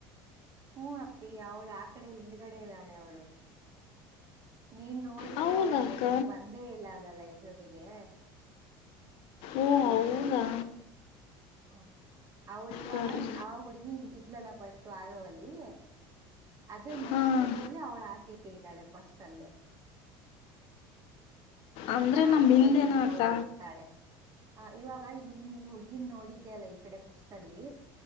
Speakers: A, on the right; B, on the left.
A: ಹ್ಮ ಅಪ್ಪಿ ಅವಳು ಆ ಕಡೆ ಹಿಂದ್ಗಡೆ ಇದ್ದಾಳೆ ಅವಳು ನೀನ್ ನೋಡಿಲ್ಲ
B: ಹೌದಾ
A: ಅವಳಿಗೆ
B: ಅಕ್ಕ
A: ನೀನ್ ಬಂದೇ ಇಲ್ಲ ಅಲ್ಲ ಲೈಜೋರಿಗೆ
B: ಓ
A: ಅವಳಿಗೆ
B: ಹೌದಾ
A: ನೋಡಿಲ್ಲ ನೀನು ಹ ಅವ್ಳು ಇವಾಗ
B: ಸರಿ
A: ಅವ ಹುಡ್ಗಿ ಇದ್ಲಲ್ಲ ಫಸ್ಟ್ ಆರೋಲ್ಲಿ ಅದು ನೆಕ್ಸ್ಟ್
B: ಹಾಂ
A: ಇದ್ರಲ್ಲಿ ಅವ್ಳ ಆ ಸೀತಿ ಇದ್ದಾಳೆಪ್ಪ ಫಸ್ಟ್ ಅಲ್ಲಿ
B: ಅಂದರೆ
A: ನಾಳೆ
B: ನಮ್ಮ ಹಿಂದೆನಾ
A: ಹೋದ್ರಿ ನೋಡು
B: ಅಕ್ಕ
A: ಇರ್ಥಳೆ ಹ ಇವಾಗ ಈ ನೀ ಹುಡ್ಗಿನ್ ನೋಡಿದ್ದೆ ಅಲ್ಲ ಪುಸ್ಟ್ ಅಲ್ಲಿ